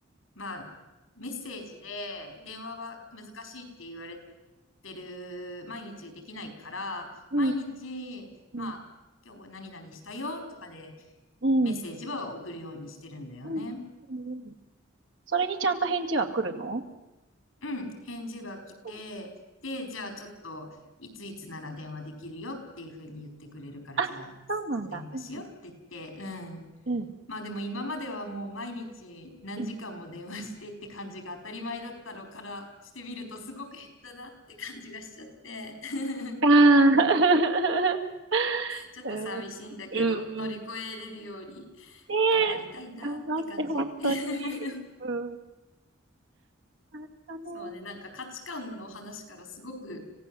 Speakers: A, on the left (about 80°); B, on the right (about 65°).
A: まあ、メッセージで電話は難しいって言われてる、毎日できないから、
B: うん、
A: 毎日、
B: うん、うん、
A: まあ、今日何々したよとかで
B: うん、
A: メッセージは送るようにしてるんだよね。
B: うん、うん、うん。それにちゃんと返事は来るの
A: うん、返事は来て、
B: うん
A: で、じゃあちょっと、いついつなら電話できるよっていうふうに言ってくれるから、
B: あ、
A: じゃあ
B: そうなんだ。
A: 電話しようって言って、
B: うん、
A: うん、
B: うん、
A: まあでも今まではもう毎日何時間も電話してって感じが当たり前だったのからしてみるとすごく減ったなって感じがしちゃって、
B: うん。
A: <laughs>
B: ああー、<laughs>
A: ちょっと寂しいんだけど乗り越えれるように
B: うん、うん、うん。ね
A: 頑張りたいなって感じ。
B: え、頑張って、本当に。
A: <laughs>
B: うん、うん。あれだね。
A: そうね、なんか価値観の話からすごく